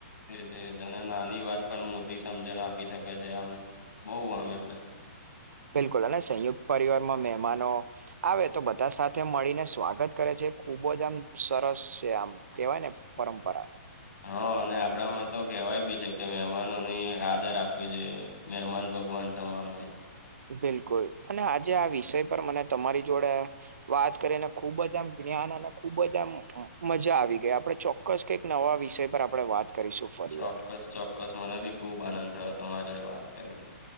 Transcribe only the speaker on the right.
બિલકુલ અને સંયુક્ત પરિવારમાં મહેમાનો. આવે તો બધા સાથે મળીને સ્વાગત કરે છે ખુબજ આમ સરસ છે આમ. કેવાય ને પરંપરા.
બિલકુલ અને આજે આ વિષય પર મને તમારી જોડે. વાત કરીને ખુબજ આમ જ્ઞાન અને ખૂબજ આમ મજા આવી ગઈ આપડે ચો. ચોક્કસ કઈક નવા વિષય પર આપણે વાત કરીશું. ફરી
વાર